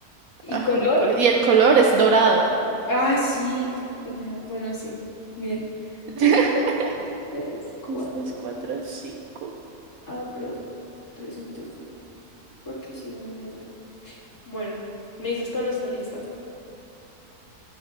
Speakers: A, on the left; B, on the right.
A: ¿Y
B: Ah,
A: color?
B: miércoles. Y el color es dorado.
A: Ay, sí, esta pendeja. Bueno, sí. Bien. Uno,
B: <laughs>
A: dos, tres, cuatro.
B: Dos, tres, cuatro, cinco.
A: Ah, pero 305. Porque hicimos una igual. Bueno, me dices cuando esté lista.